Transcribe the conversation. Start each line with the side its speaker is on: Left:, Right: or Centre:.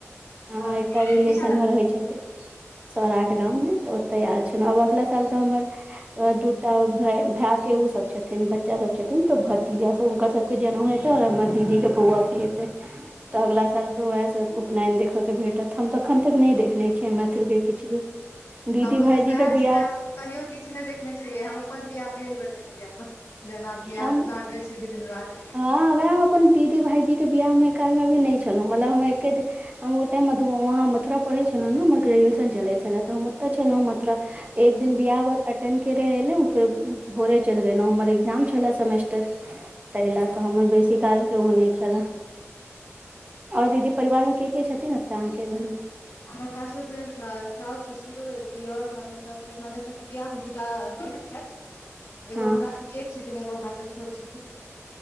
Left: हँ
Right: ह एकटा रिलेशन
Left: पीछा लग
Right: मे रहै छैथ। सौराठ गाममे तऽ ओतै आयल छनौ आब अगिला साल तऽ हमर दू टा भाय भेए के उ सब छथिन बच्चा सब छथिन त भतीजा से हुनकर सब के जनउ हेतै और हमर दीदी के बौवा क हेतै। तऽ अगला साल तऽ वेएह सब उपनयन देखऽ के भेटत हम तऽ अखन तक नै देखने छी। मैथिल के किछ भी दीदी
Left: हमरो
Right: भाइजी
Left: तऽ सएह
Right: के बियाह
Left: छले हम कहियो किछ नै देखने छलियै हम अपन बियाह पहिल बेर देखलियै अपन। जेना पियाह
Right: हम
Left: ओना कहै छै विध - ब्यबहार।
Right: हँ वेएह हम अपन दीदी भायजी के बियाह मे काल मे भी नै छलहुं मलब हम एके हम ओइ टाइम मधुवा वहाँ मथुरा पढ़ै छलउ ने हमर ग्रेजुएशन चलै छले त हम ओत्तै छलौं मथुरा एक दिन बियाह ब -अटेंड करय एलौं फेर भोरे चलि गेलौं हमर एग्जाम छलेए सेमेस्टर तहि ले तऽ हमर बेसी काल के ओने छलह, और दीदी परिवारमे के, के छथिन एत्तऽ अहाँके घर मे?
Left: हमर सासुर के साउस -साउस ससुर दीयर ननैद सब छथि ननैद सबके बियाह टा ननैद छथि एगो
Right: हँ
Left: हमरा से जेठ छथिन एगो हमरा सँ छोट छथिन।